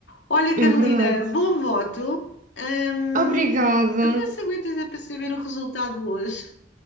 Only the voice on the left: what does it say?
Olha,
Carolina,
bom voto. Ahm,
a ver se aguentas é para saber o resultado hoje.